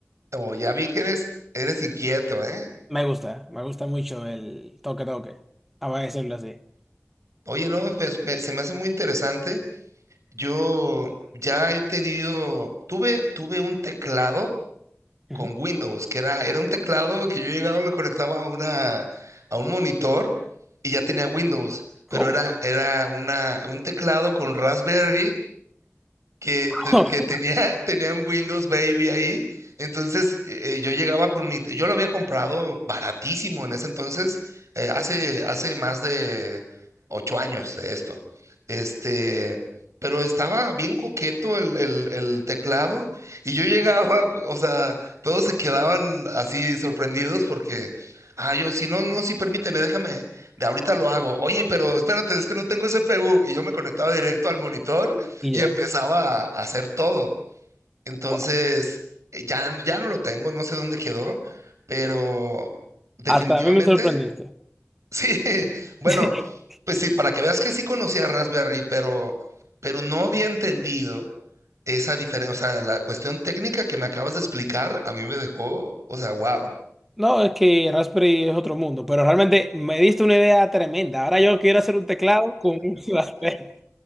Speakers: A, on the right; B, in the centre.
A: Como ya vi que eres, eres inquieto, ¿eh?
B: Me gusta, me gusta mucho el toque toque, a decirlo así.
A: Oye, no, pues, me- se me hace muy interesante. Yo ya he tenido, tuve, tuve un teclado
B: Ujú.
A: con Windows, que era, era un teclado que yo llegaba, me conectaba a una, a un monitor y ya tenía Windows,
B: ¿Cómo?
A: pero era, era una, un teclado con Raspberry que, te-
B: <laughs>
A: que tenía, <laughs> tenía un Windows Baby ahí. Entonces eh, eh, yo llegaba con mi, yo lo había comprado baratísimo en ese entonces, eh, hace, hace más de ocho años de esto. Este, pero estaba bien coqueto el, el, el teclado y yo <laughs> llegaba, o sea, todos se quedaban así sorprendidos porque, ah, yo, si no, no, sí, permíteme, déjame, de ahorita lo hago. Oye, pero espérate, es que no tengo CPU y yo me conectaba directo al monitor
B: Y
A: y
B: ya.
A: empezaba a a hacer todo. Entonces,
B: Wow.
A: eh, ya, ya no lo tengo, no sé dónde quedó, pero definitivamente,
B: Hasta a mí me sorprendiste.
A: <laughs> sí, bueno,
B: <laughs>
A: pues sí, para que veas que sí conocía Raspberry, pero, pero no había entendido esa diferencia, o sea, la cuestión técnica que me acabas de explicar, a mí me dejó, o sea, wow.
B: No, es que Raspberry es otro mundo, pero realmente me diste una idea tremenda. Ahora yo quiero hacer un teclado con un <laughs> Raspberry.